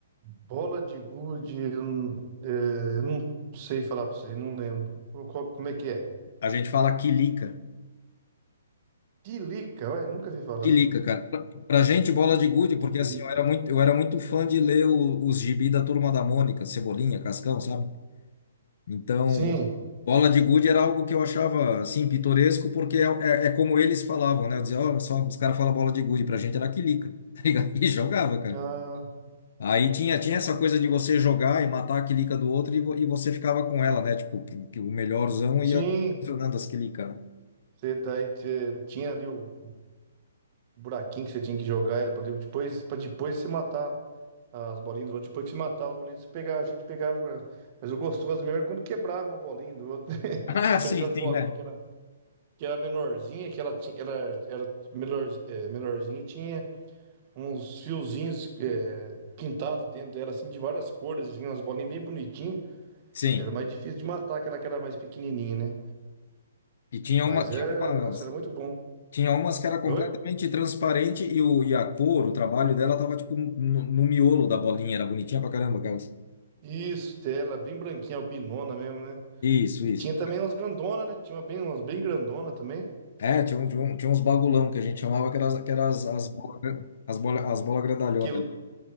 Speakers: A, on the right (about 25°); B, on the left (about 50°).
A: Bola de gude, eu não é, não sei falar pra você, não lembro. Qual- qual- Como é que é?
B: A gente fala quilica.
A: Tilica, olha, nunca vi falar.
B: Quilica, cara. Pra, pra gente, bola de gude, porque
A: Que lindo.
B: assim, eu era muito, eu era muito fã de ler o- os gibi da Turma da Mônica, Cebolinha, Cascão, sabe? Então,
A: Sim,
B: bola de gude era algo que eu achava, assim, pitoresco, porque é, é, é como eles falavam, né? Eu dizia, ó, só, os caras falam bola de gude, pra gente era quilica, <laughs> tá ligado? E jogava, cara.
A: ah,
B: Aí tinha, tinha essa coisa de você jogar e matar a quilica do outro e, vo- e você ficava com ela, né? Tipo, que, que o melhorzão ia
A: sim.
B: funcionando as quilicas, né?
A: Você daí tê- tinha ali o, buraquinho que você tinha que jogar era para depois para depois se matar as bolinhas do outro. Depois que se matar as bolinhas, você pegava, a gente pegava. pra- Mas o gostoso mesmo era quando quebrava uma bolinha do outro. <laughs>
B: Ah,
A: Tinha
B: sim,
A: aquelas
B: sim,
A: bolinhas
B: né?
A: que era, que era menorzinha, que ela tinha, ela era melhor, é, menorzinha e tinha uns fiozinhos é, pintados dentro dela, assim, de várias cores, assim, umas bolinhas bem bonitinhas.
B: Sim.
A: Era mais difícil de matar aquela que era mais pequenininha, né?
B: E tinha
A: Mas
B: uma, tinha
A: é,
B: umas,
A: nossa, era muito bom.
B: tinha umas que era completamente
A: Oi?
B: transparente e, o, e a cor, o trabalho dela tava tipo no, no miolo da bolinha, era bonitinha pra caramba aquelas.
A: Isso, ela é bem branquinha, albinona mesmo, né?
B: Isso,
A: E
B: isso.
A: tinha também umas grandona, né? Tinha uma bem, umas bem grandona também.
B: É, tinha, um- tinha, um- tinha uns bagulão que a gente chamava que eram as, que era as, as bolas as bola, as bola grandalhonas.
A: Porque